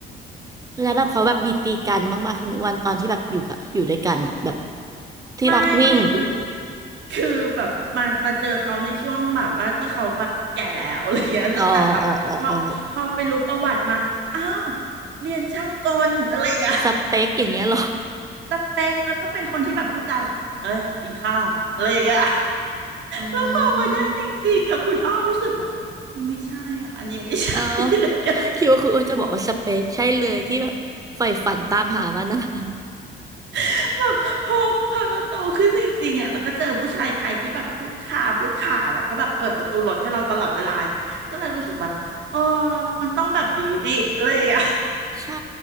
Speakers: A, on the right; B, on the right.
A: แล้วแบบเขาแบบมีตีกันบ้างป่ะคุณอ้วนตอนที่แบบอยู่กับอยู่ด้วยกันอ่ะแบบที่รักวิ่ง
B: ไม่ไม่คือคือแบบมามาเจอเขาในช่วงแบบว่าที่เขาแบบแก่แล้ว <laughs> อะไรอย่างเงี้ยแล้วแต่พับพอพอไปรู้ประวัติมาอ้าว
A: อ๋ออ๋ออ๋ออ๋อ
B: เรียนช่างกลอะไรอย่างเงี้ย <laughs>
A: สเปคอย่างเงี้ยเหรอ
B: สเปคแล้วก็เป็นคนที่แบบพูดจาแบบเอ้ยกินข้าวอะไรอย่างเงี้ย
A: อื
B: แล้วพอมาได้จริงๆอ่ะคุณอ้อรู้สึกแบบมันไม่ใช่อ่ะอันนี้ไม่ใช่
A: มเอา
B: <laughs> อะไรอย่างเงี้ย
A: คิดว่าคุณอ้วนจะบอกว่าสเปคใช่เลยที่แบบใฝ่ฝันตามหามานาน
B: <laughs> แบบพอพอเราโตขึ้นจริงๆอ่ะแล้วก็เจอผู้ชายไทยที่แบบพูดขาพูดขาแล้วก็แบบเปิดประตูรถให้เราตลอดเวลาเนี่ยก็เลยรู้สึกแบบเออมันต้องแบบนี้ดิอะไรอย่างเงี้ย
A: ใช่